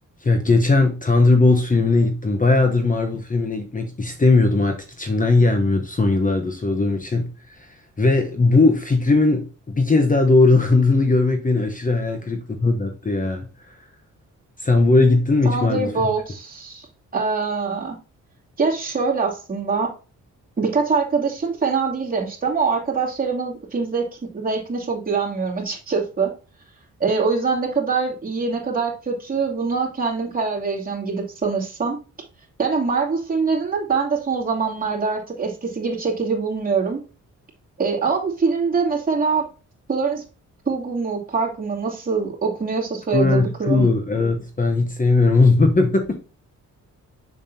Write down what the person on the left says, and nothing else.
Ya geçen Thunderbolts filmine gittim. Bayağıdır Marvel filmine gitmek istemiyordum artık içimden gelmiyordu son yıllarda sorduğum için. Ve bu fikrimin bir kez daha doğrulandığını <laughs> görmek beni aşırı hayal kırıklığına uğrattı ya. Sen bu ara gittin mi
hiç Marvel filmine?
Florence
Pugh. Evet ben hiç sevmiyorum onu. <laughs>